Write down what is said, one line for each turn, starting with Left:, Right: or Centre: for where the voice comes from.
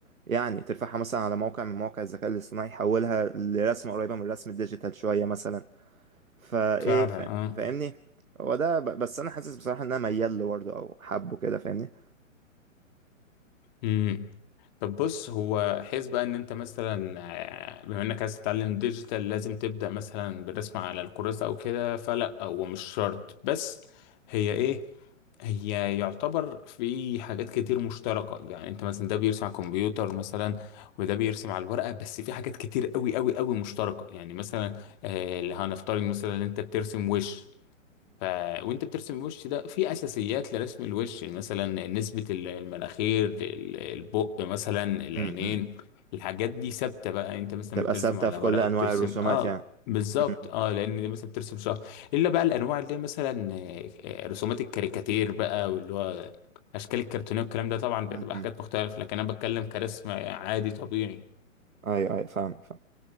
Right: يعني ترفعها مثلا على موقع من مواقع الذكاء الاصطناعي يحولها لرسمة قريبة من الرسم الديجيتال شوية مثلا فايه
Left: فعلا
Right: فا...
Left: اه
Right: فاهمني هو ده ب... بس انا حاسس بصراحة ان انا ميال له برضه او حبه كده فاهمني
Left: امم طب بص هو حيث بقى ان انت مثلا آه، بما انك عايز تتعلم ديجيتال لازم تبدأ مثلا بالرسم على الكراسة او كده فلا هو مش شرط بس هي ايه هي يعتبر في حاجات كتير مشتركة يعني انت مثلا ده بيرسم على الكمبيوتر مثلا وده بيرسم على الورقة بس في حاجات كتير قوي قوي قوي مشتركة يعني مثلا آه، اللي هنفترض مثلا ان انت بترسم وش ف... وانت بترسم الوش ده في اساسيات لرسم الوش يعني مثلا نسبة ال- المناخير ال- البق مثلا العينين
Right: امم
Left: الحاجات دي ثابتة بقى انت مثلا
Right: تبقى
Left: بترسم
Right: ثابتة
Left: على
Right: في
Left: ورقة
Right: كل أنواع
Left: بترسم
Right: الرسومات
Left: اه
Right: يعني
Left: بالظبط
Right: م-
Left: اه لان دي مثلا بترسم شهر الا بقى الانواع اللي هي مثلا آه، آه، رسومات الكاريكاتير بقى واللي هو اشكال الكرتونيه والكلام ده طبعا بتبقى
Right: م-
Left: حاجات
Right: م.
Left: مختلفه لكن انا بتكلم كرسم عادي طبيعي
Right: أيوه أيوه فاهم فاهم